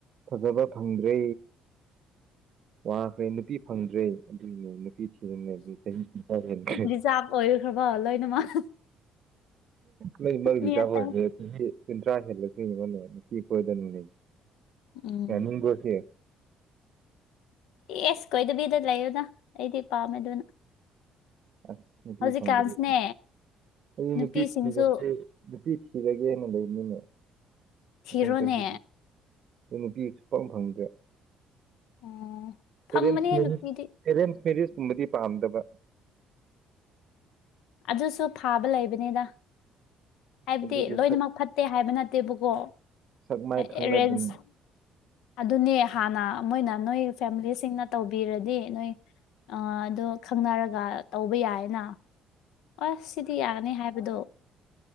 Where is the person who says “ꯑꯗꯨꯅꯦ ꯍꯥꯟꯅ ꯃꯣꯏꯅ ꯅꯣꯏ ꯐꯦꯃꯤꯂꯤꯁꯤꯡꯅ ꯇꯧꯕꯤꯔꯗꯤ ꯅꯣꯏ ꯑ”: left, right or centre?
Left